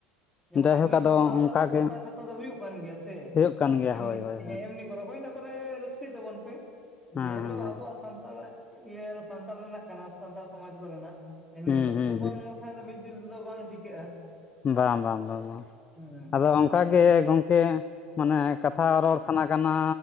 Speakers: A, in the centre; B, on the left.
A: ᱦᱚᱭ ᱢᱟᱱᱮ
B: ᱡᱟᱭᱦᱳᱠ
A: ᱱᱤᱛ
B: ᱟᱫᱚ
A: ᱦᱚᱸᱛᱚ ᱟᱵᱚᱣᱟᱜ
B: ᱚᱱᱠᱟ
A: ᱫᱚ ᱯᱟᱛᱟ
B: ᱜᱮ
A: ᱪᱷᱟᱛᱟ ᱫᱚ ᱦᱩᱭᱩᱜ ᱠᱟᱱ ᱜᱮᱭᱟ ᱥᱮ᱾
B: ᱦᱩᱭᱩᱜ ᱠᱟᱱ ᱜᱮᱭᱟ
A: ᱮᱢᱱᱤ
B: ᱦᱳᱭ ᱦᱳᱭ
A: ᱦᱮᱸ
B: ᱦᱳᱭ.
A: ᱮᱢᱱᱤ ᱜᱚᱨᱚ ᱦᱩᱭᱮᱱᱟ ᱯᱩᱨᱟᱹ ᱨᱟᱹᱥᱠᱟᱹᱭ ᱛᱟᱵᱚᱱ ᱯᱮ,
B: ᱦᱮᱸ
A: ᱡᱮ ᱦᱮᱞᱳᱜ
B: ᱦᱮᱸ ᱦᱮᱸ
A: ᱟᱵᱚᱣᱟᱜ ᱥᱟᱱᱛᱟᱲᱟᱜ ᱤᱭᱟᱹ ᱥᱟᱱᱛᱟᱲ ᱨᱮᱱᱟᱜ ᱚᱱᱟ ᱥᱟᱱᱛᱟᱲ ᱥᱚᱢᱟᱡᱽᱵᱮ ᱨᱮᱱᱟᱜ, ᱤᱱᱟᱹ
B: ᱦᱩᱸ
A: ᱦᱤᱞᱳᱜ
B: ᱦᱩᱸ
A: ᱫᱚ ᱵᱟᱝ <unintelligible> ᱢᱤᱫ ᱫᱤᱱ ᱛᱮᱫᱚ ᱵᱟᱝ ᱪᱤᱠᱟᱹᱜᱼᱟ!
B: ᱵᱟᱝ ᱵᱟᱝ ᱵᱟᱝ ᱵᱟᱝ!
A: ᱦᱮᱸ
B: ᱟᱫᱚ ᱚᱸᱠᱟᱜᱮ ᱜᱚᱝᱠᱮ ᱢᱟᱱᱮ ᱠᱟᱛᱷᱟ ᱨᱚᱲ ᱥᱟᱱᱟ ᱠᱟᱱᱟ